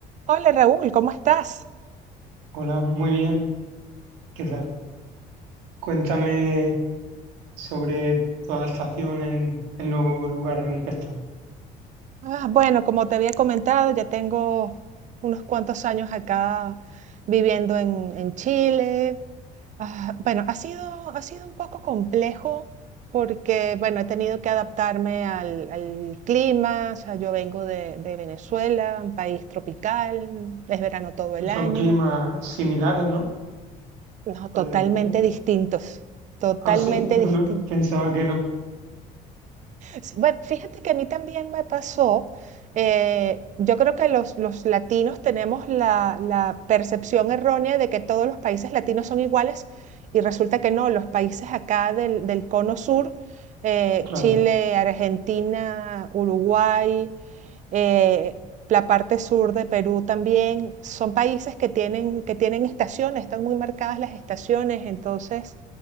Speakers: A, on the right (about 45°); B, on the right (about 85°).
A: Hola Raúl, ¿cómo estás?
B: Hola, muy bien. ¿Qué tal? Cuéntame sobre tu adaptación en el nuevo lugar en el que estás.
A: Ah, bueno, como te había comentado, ya tengo unos cuantos años acá viviendo en, en Chile. Ah, bueno, ha sido, ha sido un poco complejo porque, bueno, he tenido que adaptarme al, al clima. O sea, yo vengo de, de Venezuela, un país tropical, es verano todo el
B: Son
A: año.
B: climas similares, ¿no?
A: No,
B: Puede
A: totalmente
B: creer.
A: distintos, totalmente
B: Ah, sí, <laughs> no
A: distintos.
B: lo- pensaba que no.
A: Sí, Bueno, fíjate que a mí también me pasó, eh, yo creo que los, los latinos tenemos la, la percepción errónea de que todos los países latinos son iguales y resulta que no, los países acá del, del cono sur, eh,
B: Claro,
A: Chile, Argentina, Uruguay, eh, la parte sur de Perú también, son países que tienen, que tienen estaciones, están muy marcadas las estaciones, entonces...